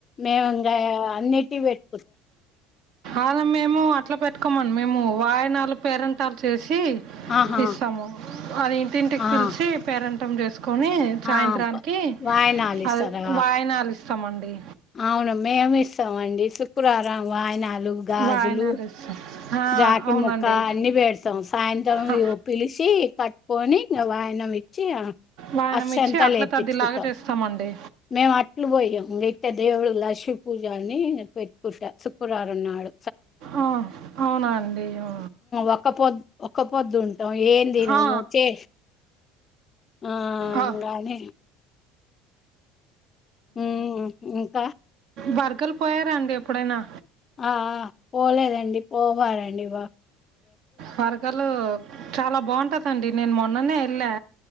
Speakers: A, on the left; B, on the right.
A: మేము ఇంకా అన్నిటి పెట్
B: అలా మేము అట్లా పెట్టుకోమండి మేము వాయిన వా పేరెంట్ాలు చేసి
A: ఆహా
B: ఇస్తాము అది ఇంటింటికి పిలిచి
A: ఆ
B: పేరెంట్ టం చేస్ కని సాయంత్రానికి
A: ఆ ప వాయినాలు ఇస్తారా?
B: అ వాయనాలుస్త సమడి
A: అవును మేమి ఇస్తామ అండి శుక్రవారం వాయనాలు గాజులు
B: వాయినాలు ఇస్తాం ఆ,
A: జాకెట్
B: అవునండి
A: ముక్క అన్ని పెేడతాం సాయంత్రం
B: ఆ,
A: నువ పిలిచ కట్టుకొని వాయనం ఇచ్చి
B: వాయనం
A: అసంతా
B: ఇచ్చి అట్ల
A: లేర్పించుకుంటాం
B: తద్దిలాగా చేస్తామండి
A: మేము అట్లు పోయి దేవుడు లక్ష్మీ పూజని పెట్టుకుంటా శుక్రవారం నాడు
B: ఆ అవునా అండి అ
A: ఒక పొద్దు ఒక పొద్దుం ఏందినము
B: ఆ.
A: చే ఆ
B: ఆ,
A: గానీ ఉ ఇంకా
B: బర్గలు పోయారండి ఎప్పుడైనా
A: ఆ ఆ పోలేదండి పోవాలండి బ
B: పరకలు చాలా బాగుంటందండి నేను మొన్ననే ఎళ్ళా